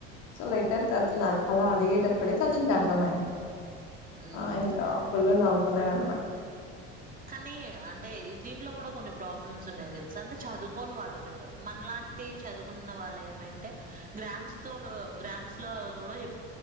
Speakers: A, on the left; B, on the right.
A: సల ఇట అతునా అడగేటప్పుడేకి అతననికి అర్థమంది
B: ఉమ్
A: ఆ ఇంకా ఫులు నావ ఉనరన్మ
B: కానీ అంటే దీంట్లో కూడా కొన్ని ప్రాబ్లమ్స్ ఉన్నాయయి తెలుసు అంటే చదువుకొని వాళ్ళు ఉంటారుటి మనలాంటి చదువుకున్న వాళ్ళు ఏమంటే గ్రామ్స్ తో గ్రామ్స్ లో కూడా చెప్